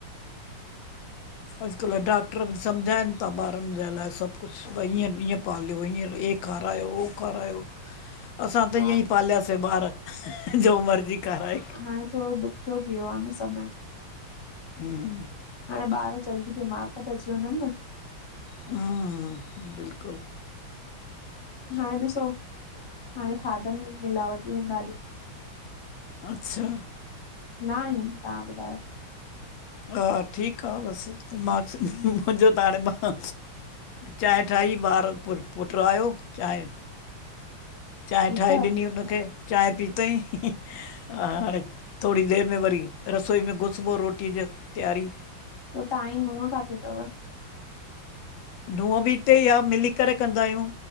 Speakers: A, on the left; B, on the left.
A: अॼु कल्ह डॉक्टर ॿि सम्झाइनि था ॿारनि ॼे लाइ सभु कुझु। व ईअं -ईअं पालियो ईअं ऐ खारायो हो खारायो असां त
B: हा
A: ईअं ई पालियासीं ॿार जो मर्ज़ी खाराए
B: हाण थोरो दुख <unintelligible> छो कि ईयो आहे न समय <unintelligible>
A: ह्म <unintelligible>
B: हा ॿार जल्दी बीमार था पइजी वञनि न।
A: हम् बिल्कुलु
B: हाणे ॾिसो हाणे खाधनि में मिलावटियूं आहिनि ॾाढियूं
A: अच्छा
B: ना आहेन तां ॿुधायो।
A: हा ठीकु आ बसि मां मुंहिंजो त हाणे मां चांए ठाही ॿारु पु पुट्र आहियो चांए चांए
B: ही
A: ठाहे
B: त त
A: ॾिनी हुनखे चांए पीतई हाणे, थोरी देरि में वरी, रसोई में घुसिबो रोटीअ जी तैयारीअ
B: त ताई नूंह काथे तव
A: नूंह बि हिते ई आ मिली करे कंदां आहियूं,